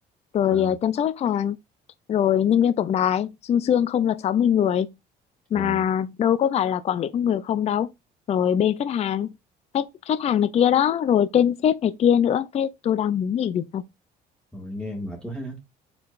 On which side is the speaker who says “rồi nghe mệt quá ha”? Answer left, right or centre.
Centre